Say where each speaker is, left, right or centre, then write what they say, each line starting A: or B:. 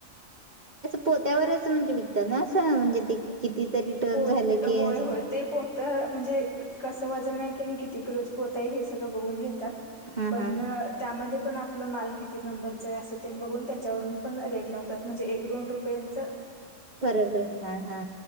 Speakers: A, on the right; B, on the left.
A: पोत्यावरचं म्हणजे विकतात ना, असं म्हणजे ते? कितीतरी टन
B: पोतं
A: झालं की
B: होय
A: असं.
B: होय ते पोतं म्हणजे कसं वजन आहे कि नाही, किती किलोच पोत आहे, हे सगळं बघून घेतात.
A: हा
B: पण
A: हा
B: त्यामध्ये पण आपलं माल किती नंबरच हाय अस ते बघून त्याच्यावरून पण रेट लावतात म्हणजे एक दोन रुपयांच
A: फरक, हा हा.